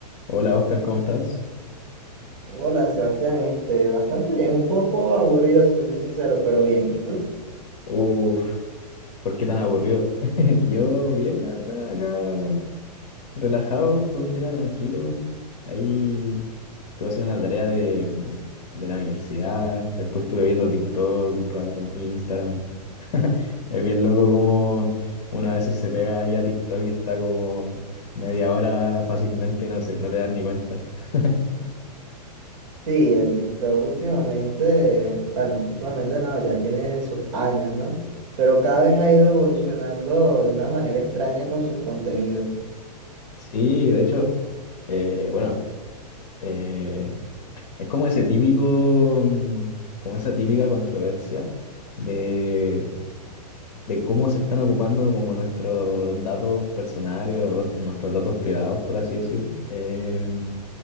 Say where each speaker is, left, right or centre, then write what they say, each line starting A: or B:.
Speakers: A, on the left; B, on the right.
A: Hola Oscar, ¿cómo estás?
B: Hola Sebastián, este, bastante bien, un poco aburrido si te soy sincero, pero bien. ¿Y tú?
A: Uf, ¿por qué tan aburrido? <laughs> Yo bien, la verdad, acá relajado, fue un día tranquilo. Ahí estuve haciendo una tarea de, de la universidad, después estuve viendo TikTok un rato, Instagram. <laughs> Es bien loco como uno a veces se pega ahí a TikTok y está como media hora fácilmente y no, se- no te das ni cuenta. <laughs>
B: Sí, el TikTok últimamente, bueno, últimamente no, ya tiene sus años, ¿no? Pero cada vez ha ido evolucionando de una manera extraña con sus contenidos.
A: Sí, de hecho, eh, bueno, eh, Es como ese típico, mm, como esa típica controversia de, de cómo se están ocupando como nuestros datos personales o nuestros datos privados, por así decir, eh,